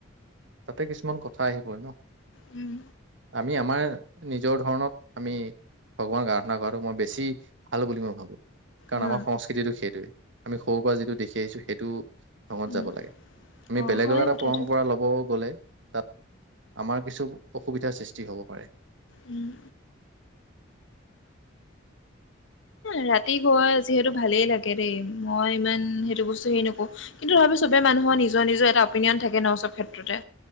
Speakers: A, on the right (about 65°); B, on the left (about 65°).
A: তাতে কিছুমান কথা আহি পৰে ন।
B: উম।
A: আমি আমাৰ নিজৰ ধৰণত আমি ভগৱানক আৰাধনা কৰাতো মই বেছি ভাল বুলি মই ভাবো। কাৰণ
B: উম,
A: আমাৰ সংস্কৃতিটো সেইটোৱে, আমি সৰুৰ পৰা যিটো দেখি আহিছো সেইটো ধঙত
B: উম,
A: যাব লাগে, আমি
B: অ',
A: বেলেগৰ
B: হয়
A: এটা
B: কথাটো
A: পৰম্পৰা ল'ব গ'লে তাত আমাৰ কিছু অসুবিধাৰ সৃষ্টি হ'ব পাৰে।
B: উম। ৰাতি গোৱা যিহেতু ভালেই লাগে দেই মই ইমান সেইটো বস্তু হেৰি নকৰো, কিন্তু তথাপিও চবে মানুহৰ নিজ নিজৰ নিজৰ এটা অপিনিয়ন থাকে ন সব ক্ষেত্ৰতে